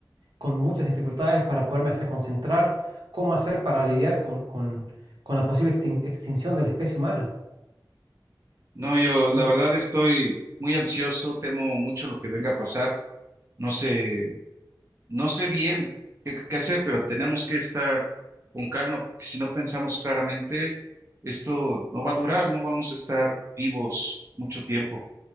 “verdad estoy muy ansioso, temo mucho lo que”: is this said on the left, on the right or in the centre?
Right